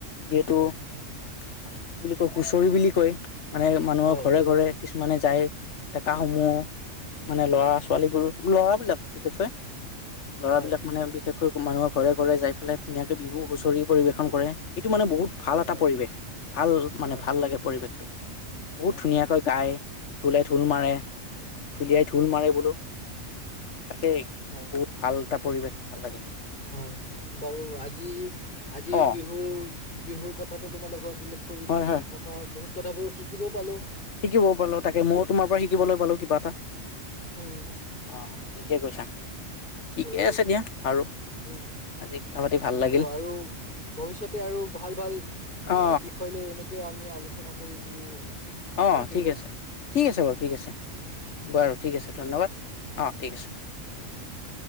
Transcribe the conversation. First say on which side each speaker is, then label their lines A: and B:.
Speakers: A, on the left (about 65°); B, on the left (about 40°).
A: যিহেতু মানে কি বুলি কয় হুচৰি বুলি কয়। মানে মানুহৰ
B: হয়
A: ঘৰে ঘৰে কিছুমানে যায়। ডেকা সমূহ মানে লৰা ছোৱালীবোৰ ল'ৰাবিলাক বিশেষকৈ ল'ৰাবিলাক
B: হয়
A: মানে বিশেষ মানুহৰ ঘৰে ঘৰে যাই পেলাই ধুনীয়াকে বিহু হুঁচৰি পৰিবেশন কৰে এইটো মানে বহুত ভাল
B: হয়
A: এটা
B: হয়
A: পৰিৱেশ ভাল মানে
B: হয়
A: ভাল
B: হয়
A: লাগে পৰিৱেশ বহুত
B: হয়
A: ধুনীয়াকৈ গায় ঢোলেে ঢোল
B: হয়
A: মাৰে
B: হয়
A: ঢুলিয়াই ঢুল মাৰে বোলো তাকেই
B: হয়
A: বহুত ভাল এটা পৰিৱেশ ভাল লাগে
B: হয় বাৰু আজি আজি
A: অ
B: বিহু বিহুৰ কথাটো তোমাৰ লগত কৰি
A: হয়
B: কিনে কথা বহুত কথাবোৰ শিকিবও পালোঁ
A: শিকিবও পালো তাকে ময়ও তোমাৰ পৰা শিকিবলৈ পালো কিবা এটা
B: উম
A: অঁ ঠিকে কৈছা ঠিকে
B: ত'
A: আছে দিয়া বাৰু,
B: উম
A: আজি কথা পাতি ভাল লাগিল
B: ত আৰু ভৱিষ্যতে আৰু ভাল- ভাল আহ
A: অ
B: বিষয় লৈ এনেকে আমি আলোচনা কৰিম বুলি উম, আশা
A: অঁ
B: ৰাখিলো
A: ঠিক আছে ঠিক আছে বাৰু ঠিক আছে বাৰু ঠিক আছে ধন্যবাদ, অ ঠিক আছে।
B: ধন্যবাদ থেংক ইউ।